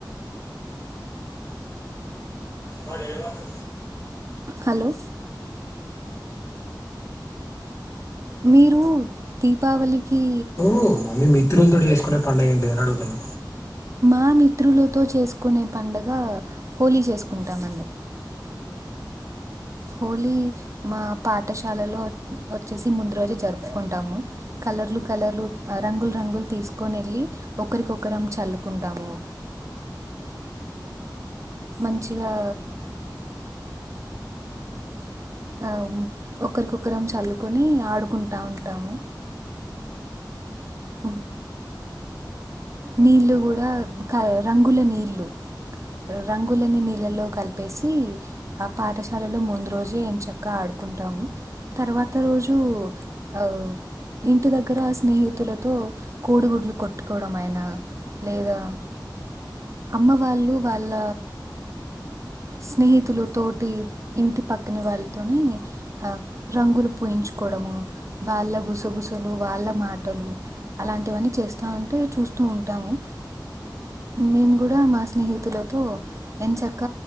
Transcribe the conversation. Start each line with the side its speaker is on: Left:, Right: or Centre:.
Left: వాడు ఏమన్నడు
Right: హలో మీరు దీపావళికి
Left: <unintelligible> మీరు త్రులతోటి చేసుకునే పండుగ ఏంటి అని అడుగుతున్నా
Right: మా మిత్రులతో చేసుకునే పండుగ హోలీ చేసుకుంటామండి హోలీ మా పాఠశాలలో వచ్చేసి ముందు రోజే జరుపుకుంటాము కలర్లు కలర్లు రంగులు రంగులు తీసుకొని వెళ్ళి ఒకరికొకరం చల్లుకుంటాము మంచిగా ఆ ఒకరికొకరం చల్లుకొని ఆడుకుంటాము అ నీళ్ళు కూడా క రంగుల నీళ్ళు రంగులని నీళ్ళలో కలిపేసి ఆ పాఠశాలలో ముందు రోజే ఎం చక్క ఆడుకుంటాము తర్వాత రోజు ఆ ఇంటి దగ్గర స్నేహితులతో కోడిగుడ్లు కొట్టుకోవడం అయినా లేదా అమ్మ వాళ్ళు వాళ్ళ స్నేహితులతోటి ఇంటి పక్కన వాళ్ళతోని ఆ రంగులు పూయించుకోవడము వాళ్ళ గుసగుసలు వాళ్ళ మాటలు అలాంటివన్నీ చేస్తా ఉంటే చూస్తూ ఉంటాము మేము కూడా మా స్నేహితులతో ఎం చక్క